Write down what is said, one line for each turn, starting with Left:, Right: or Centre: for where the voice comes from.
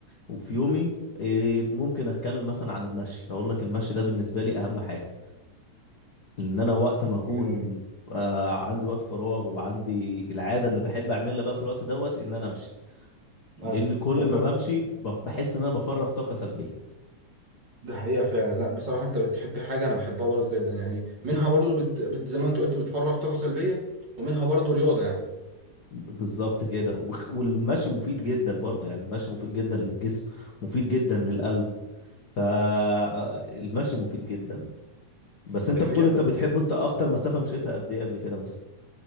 Left: وفي يومي إيه، ممكن اتكلم مثلا عن المشي اقول لك المشي ده بالنسبه لي اهم حاجه لان انا وقت ما اكون
Right: ايوه
Left: آه، عندي وقت فراغ وعندي العاده اللي بحب اعملها بقى في الوقت دوت ان انا امشي
Right: أيوة.
Left: لان كل
Right: طب
Left: ما بمشي ب- بحس ان انا بفرغ طاقه سلبيه
Right: ده حقيقة فعلا لا بصراحة انت بتحب حاجة انا بحبها برضو جدا يعني منها برضو بت... بت... زي ما انت قلت بتفرغ طاقة سلبية ومنها برضو رياضة يعني
Left: بالظبط كده وخ- والمشي مفيد جدا برضو يعني المشي مفيد جدا للجسم مفيد جدا للقلب فالمشي مفيد جدا بس انت
Right: دي حقيقة
Left: بتقول
Right: انا
Left: انت بتحبه انت اكتر مسافه مشيتها قد ايه قبل كده مثلا